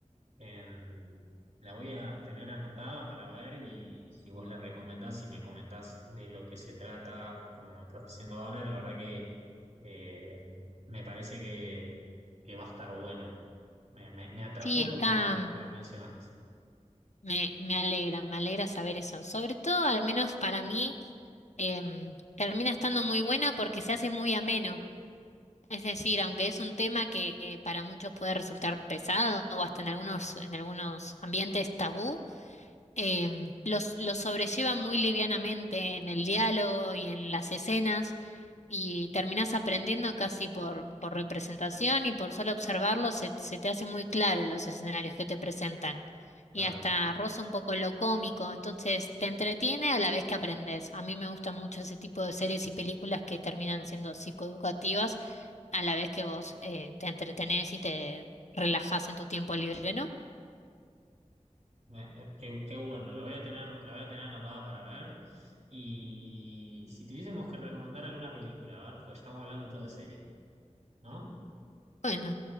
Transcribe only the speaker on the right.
Em, la voy a tener anotada para ver y si vos la recomendás y me comentás de lo que se trata, como me estás haciendo ahora, la verdad que eh, me parece que, que va a estar buena. Me, me- me atrapó
lo que me, lo
que me mencionaste.
Claro,
Me- eh, qué, qué bueno, la voy a tener, la voy a tener anotada para ver. Y si tuviésemos que recomendar alguna película, a ver, pues estamos hablando todo de serie, ¿no?